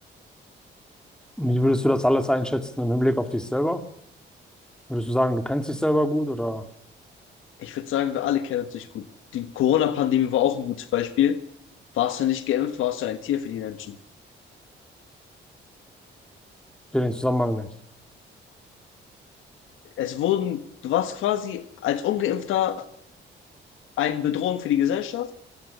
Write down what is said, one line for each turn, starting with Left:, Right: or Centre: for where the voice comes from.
Centre: Und Wie würdest du das alles einschätzen im Hinblick auf dich selber? Würdest du sagen, du kennst dich selber gut oder
Left: Ich würde sagen, wir alle kennen uns nicht gut. Die Corona-Pandemie war auch ein gutes Beispiel warst du nicht geimpft, warst du ein Tier für die Menschen.
Centre: den Zusammenhang nicht?
Left: Es wurden, du warst quasi als Ungeimpfter eine Bedrohung für die Gesellschaft,